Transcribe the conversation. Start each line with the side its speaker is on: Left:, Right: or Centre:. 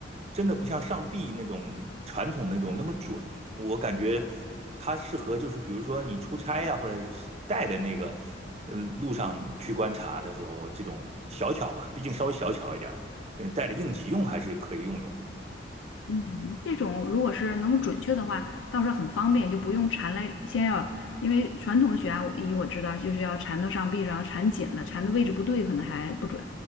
Right: 真的不像上臂那种传统那种那么准。我感觉它适合就是比如说你出差呀、或者是带的那个呃路上去观察的时候，这种小巧嘛，毕竟稍微小巧一点儿，嗯，带着应急用还是可以用用的。
Left: 嗯，这种如果是能够准确的话，倒是很方便，就不用缠来，先要，因为传统的血压仪我知道就是要缠到上臂上，缠紧了，缠的位置不对可能还不准，